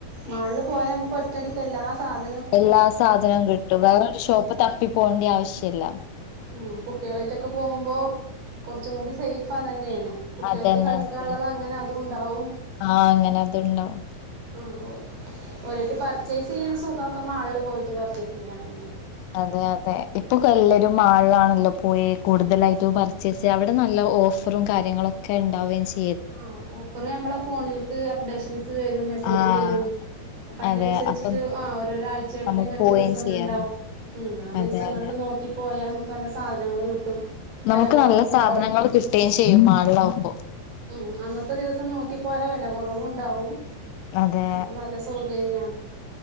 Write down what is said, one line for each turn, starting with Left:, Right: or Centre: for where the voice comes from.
Right: മാളില് പോയാ നമുക്ക് ഒറ്റടിക്ക് എല്ലാ സാധ
Left: എല്ലാ സാധനവും കിട്ടും വേറരു ഷോപ്പ് തപ്പി പോകേണ്ടി ആവശ്യല്ല.
Right: ഉം കുട്ടികളായിട്ടൊക്കെ പോകുമ്പോ കുറച്ചും കൂടി സേയ്ഫ് അതെ ന്നെയാണ്. കുട്ടികൾക്ക്
Left: അതന്നെ
Right: കളിക്കാനുള്ളത്
Left: നല്ല
Right: അങ്ങനെ അതുംണ്ടാവും
Left: ആഹ് അങ്ങനെ അതുണ്ടാവും
Right: ആ ഓ ഒരട്ട് പർച്ചേസ് ചെയ്യാൻ സുഖൊക്കെ മാളില് പോയിട്ട് പർച്ചേസ് ചെയ്യാൻ തന്നെ
Left: അതെ അതെ ഇപ്പൊ എല്ലാരും മാളാണല്ലോ പോയി കൂടുതലായിട്ടും പർച്ചേസ് അവിടെ നല്ല ഓഫറും കാര്യങ്ങളൊക്കെ ഉണ്ടാവുക ചെയ
Right: ആ ഓഫറ് നമ്മള ഫോണിലക്ക് അപ്ഡേഷൻസ് വരും മെസ്സേജ്
Left: ആഹ്
Right: വരും. അപ്പൊ അതിനനുസരിച്ചിട്ട്
Left: അതെ അപ്പം
Right: ആ് ഓരോരോ ആഴ്ചകളിലും
Left: നമുക്ക്
Right: ഇങ്ങനെ
Left: പോവുകയും
Right: ദിവസം
Left: ചെയ്യാലോ
Right: ഒന്നുണ്ടാവും ഉം ആ
Left: അതെ
Right: ദിവസങ്ങളിൽ
Left: അതെ
Right: നോക്കി പോയാൽ നമുക്ക് നല്ല സാധനങ്ങള്ൾ കിട്ടും.
Left: നമ്മുക്ക്
Right: വില കുറവും
Left: നല്ല സാധനങ്ങൾ
Right: ഉണ്ടാവും
Left: കിട്ടുകയും ചെയ്യും മാളിലാകുമ്പോ
Right: ഉ അന്നത്തെ ദിവസം നോക്കിപ്പോയാ വെലകറവും ഉണ്ടാവും
Left: അതെ
Right: അപ്പൊ നല്ല സൗകര്യണ്